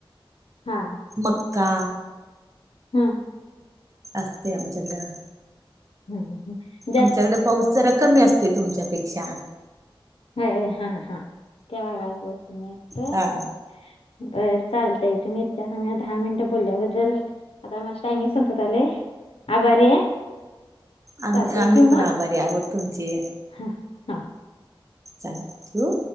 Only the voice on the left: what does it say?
हा
हं.
<unintelligible>
हाय हां हां, तेव्हा गालबोचणी <unintelligible>
बरं चालतंय, तुम्ही इतकं संग दहा मिनिटं बोलल्याबद्दल आता माझं टायमिंग संपत आलंय आभारी आहे.
चालतंय
ठेवू मग
हा हा